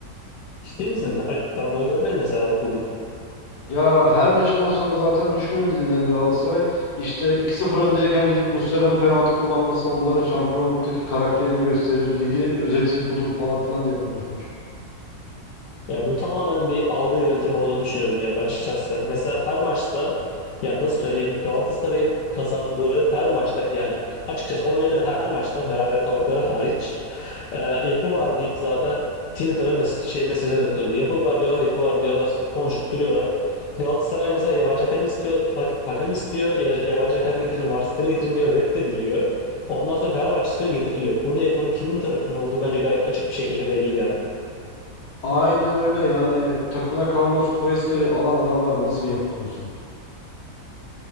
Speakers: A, on the left (about 80°); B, on the left (about 65°).
A: Ciddi misin? Al- Ben bunu görmedim mesela bak bugün.
B: Ya her maçından sonra zaten düşmüyor dilinden Galatasaray. İşte 2-0 öndeyken gidip Muslera'nın penaltı kullanması onların şampiyonluktaki karakterini gösterir. Ligi özeti budur falan filan diye konuşmuş.
A: Ya bu tamamen bir algı yönetimi olduğunu düşünüyorum ya ben şahsen. Mesela her maçta yani nasıl söyleyeyim Galatasaray'ın kazandığı her maçta yani açıkçası oynadığı her maçta beraber kaldıkları hariç e, yapı var deyip zaten Twitter'a mes şey mesajlar atıyordu. Yapı var diyorlar, yapı var diyorlar, konuşup duruyorlar. Galatasaray mesela yabancı hakem istiyor, ha- hakem istiyor, ya- yabancı hakem getirin, VAR sistemi getirin diyor, reddediliyor. Ondan sonra Fenerbahçe istiyor, getiriliyor. Burada yapının kimin tarafında olduğu bence gayet açık bir şekilde belli ya.
B: Aynen öyle yani takımına Carlos Cuesta'yı alan adamlar nasıl bir yapı kursun?